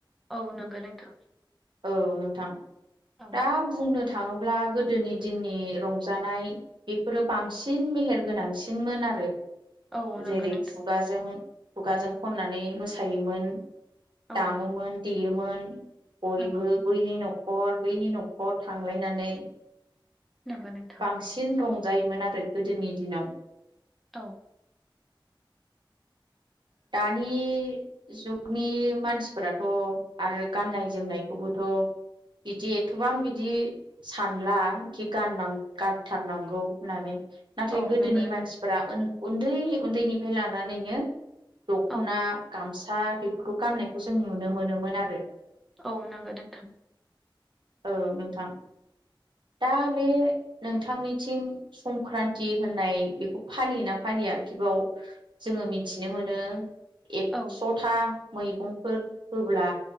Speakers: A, in the centre; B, on the right (about 65°).
A: औ नंगौ नोंथां।
B: औ नोंथां
A: औ
B: दा बुंनो बुंनो थाङोब्ला गोदोनि दिननि रंजानाय बेफोरो बांसिन मेहेर गोनांसिनमोन आरो।
A: औ नंगौ
B: जेरै
A: नोंथां
B: खुगाजों खुगाजों खननानै मोसायोमोन।
A: औ
B: दामोमोन देयोमोन बयबो
A: नंगौ
B: बैनि न'खर न'खर बैनि न'खर थांलायनानै
A: नंगौ नोंथां
B: बांसिन रंजायोमोन आरो गोदोनि दिनाव।
A: औ।
B: दानि जुग नि मानसिफोराथ' आरो गाननाय जोमनायखौबोथ' बिदि एथ'बां बिदि सानला खि गान गानथारनांगौ होननानै। नाथाय
A: औ
B: गोदोनि
A: नंगौ नोंथां
B: मानसिफोरा उन्दै उन्दैनिफ्राय लानानैनो दख'ना
A: औ
B: गामसा बेफोरखौ गाननायखौ जों नुनो मोनोमोन आरो।
A: औ नंगौ नोंथां।
B: औ नोंथां दा बे नोंथांनिथिं संक्रान्ति होननाय बेखौ फालियोना फालि या खि बाव जों मिथि नो मोनो एकस'था
A: औ
B: मैगंफोर होब्ला